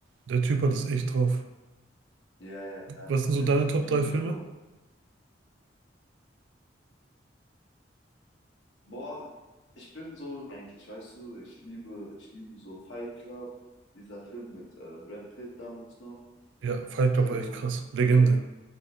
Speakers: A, on the right; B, on the left.
A: Der Typ hat es echt drauf.
B: Ja, ja, ja.
A: Was sind so
B: Quentin
A: deine
B: Tarantino,
A: Top 3 Filme?
B: super Boah, ich bin so eigentlich, weißt du, ich liebe, ich liebe so Fight Club, dieser Film mit äh, Brad Pitt damals noch.
A: Ja, Fight Club
B: Ähm,
A: war echt krass. Legende.
B: kennst